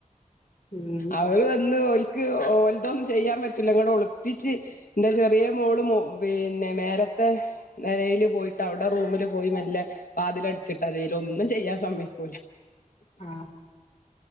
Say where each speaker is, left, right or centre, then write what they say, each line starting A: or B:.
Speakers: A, on the left; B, on the left.
A: ഉം
B: അവര് വന്ന് ഓല് ൽക്ക് ഓല്തൊന്നും ചെയ്യാൻ പറ്റില്ല ങ്ങട് ഒളിപ്പിച്ച് ന്റെ ചെറിയ മോള് മോ പിന്നെ മേ ത്തെ നെലേല് പോയിട്ട് അവ്ടെ റൂമിൽ പോയി മെല്ല വാതിലട്ച്ചിട്ട ചെയ്യല് ഒന്നും ചെയ്യാൻ സമൈ <inaudible>
A: അ ആ.